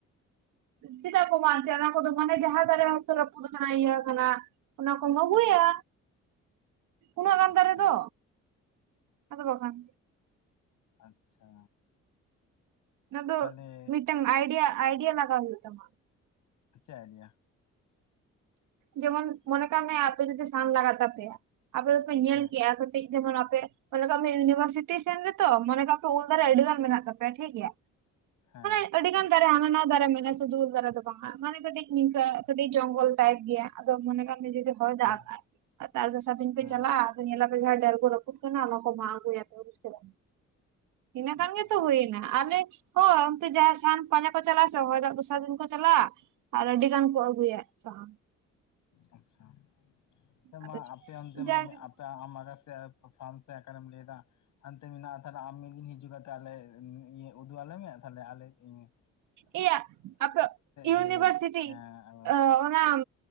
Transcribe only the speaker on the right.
ᱪᱮᱫᱟᱜ ᱠᱚ ᱢᱟᱜ ᱚᱪᱚᱭᱟ ᱚᱱᱟ ᱠᱚᱫᱚ ᱦᱟᱸᱵᱮ ᱡᱟᱦᱟᱸ ᱫᱟᱨᱮ ᱦᱚᱭᱛᱚ ᱨᱟᱯᱩᱫ ᱠᱟᱱᱟ ᱤᱭᱟᱹ ᱟᱠᱟᱱᱟ᱾ ᱚᱱᱟ ᱠᱚᱢ ᱟᱹᱜᱩᱭᱟ᱾
ᱩᱱᱟᱹᱜ ᱜᱟᱱ
ᱫᱟᱨᱮ ᱫᱚ, ᱟᱫᱚ ᱵᱟᱝ ᱠᱷᱟᱱ᱾
ᱚᱱᱟ ᱫᱚ
ᱢᱤᱫᱴᱟᱝ ᱟᱭᱰᱤᱭᱟ ᱟᱭᱰᱤᱭᱟ ᱞᱟᱜᱟᱣ ᱦᱩᱭᱩᱜ ᱛᱟᱢᱟ᱾
ᱡᱮᱢᱚᱱ ᱢᱚᱱᱮ ᱠᱟᱜ ᱢᱮ ᱟᱯᱮ ᱡᱩᱫᱤ ᱥᱟᱱ ᱞᱟᱜᱟᱜ ᱛᱟᱯᱮᱭᱟ ᱟᱯᱮ ᱫᱚ ᱯᱮ ᱧᱮᱞ
ᱜᱮᱭᱟ᱾ ᱴᱤᱠ ᱡᱮᱢᱚᱱ ᱟᱯᱮᱼᱼ ᱢᱚᱱᱮ ᱠᱟᱜ ᱢᱮ ᱭᱩᱱᱤᱵᱷᱟᱨᱥᱤᱴᱤ ᱥᱮᱱ ᱨᱮᱛᱚ, ᱢᱚᱱᱮ ᱠᱟᱜ ᱯᱮ ᱩᱞ ᱫᱟᱨᱮ ᱟᱹᱰᱤ ᱜᱟᱱ ᱢᱮᱱᱟᱜ ᱛᱟᱯᱮᱭᱟ ᱴᱷᱤᱠ ᱜᱮᱭᱟ᱾
ᱟᱹᱰᱤ ᱜᱟᱱ ᱫᱟᱨᱮ ᱦᱟᱱᱟ ᱱᱟᱶᱟ ᱫᱟᱨᱮ ᱢᱮᱱᱟᱜ-ᱟ ᱥᱩᱫᱩ ᱩᱞ ᱫᱟᱨᱮ ᱫᱚ ᱵᱟᱝᱼᱟ, ᱢᱟᱱᱮ ᱠᱟᱹᱴᱤᱡ ᱱᱤᱝᱠᱟᱹ ᱠᱟᱹᱴᱤᱡ ᱡᱚᱝᱜᱚᱞ ᱴᱟᱭᱤᱯ᱾ ᱜᱮᱭᱟ ᱟᱫᱚ ᱢᱚᱱᱮ ᱠᱟᱜ ᱢᱮ ᱡᱩᱫᱤ ᱦᱚᱭ ᱫᱟᱜ
ᱟᱠᱟᱜ-ᱟᱭ ᱟᱨ ᱛᱟᱨ ᱫᱚᱥᱟᱨ ᱫᱤᱱ ᱯᱮ
ᱪᱟᱞᱟᱜ-ᱟ᱾ ᱛᱚ ᱧᱮᱞᱟ ᱯᱮ ᱡᱟᱸᱦᱟ ᱰᱮᱨ ᱠᱚ ᱨᱟᱹᱯᱩᱫ ᱠᱟᱱᱟ ᱚᱱᱟ ᱠᱚ ᱢᱟᱜ ᱟᱜᱩᱭᱟ ᱛᱚ ᱵᱩᱪ ᱠᱮᱫᱟᱢ ᱤᱱᱟᱹ
ᱠᱷᱟᱱ ᱜᱮᱛᱚ ᱦᱩᱭᱮᱼᱼ ᱱᱟ ᱟᱞᱮ ᱦᱚᱸ ᱚᱱᱛᱮ ᱡᱟᱸᱦᱟᱭ ᱥᱟᱦᱟᱱ ᱯᱟᱸᱡᱟ ᱠᱚ ᱪᱟᱞᱟᱜ-ᱟ ᱥᱮ ᱦᱚᱭ ᱫᱟᱜ ᱫᱚᱥᱟᱨ ᱫᱤᱱ ᱠᱚ ᱪᱟᱞᱟᱜ-ᱟ᱾ ᱟᱨ ᱟᱹᱰᱤ ᱜᱟᱱ ᱠᱚ ᱟᱹᱜᱩᱭᱟ ᱥᱟᱦᱟᱱ᱾
ᱟᱫᱚ
ᱡᱟᱜᱮ
ᱮ ᱭᱟᱜ ᱟᱯᱮᱜ ᱭᱩᱱᱤᱵᱷᱟᱨᱥᱤᱴᱤ
ᱚᱻ ᱚᱱᱟᱢᱼᱼ